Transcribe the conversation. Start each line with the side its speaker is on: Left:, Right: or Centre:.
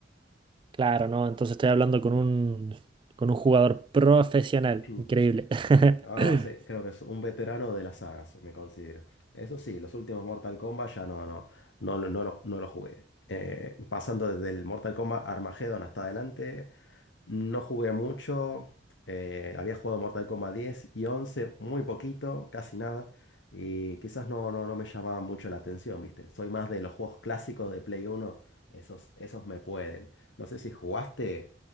Right: claro, no. Entonces estoy hablando con un, con un jugador profesional.
Left: <clears throat>
Right: Increíble. <laughs>
Left: Ah, sí, creo que es un veterano de las sagas, me considero. Eso sí, los últimos Mortal Kombat ya no, no, no, lo- no, lo, no lo jugué. Eh, pasando desde el Mortal Kombat Armageddon hasta adelante, no jugué mucho. Eh, había jugado Mortal Kombat 10 y 11, muy poquito, casi nada. Y quizás no, no, no me llamaba mucho la atención, ¿viste? Soy más de los juegos clásicos de Play 1, esos, esos me pueden. No sé si jugaste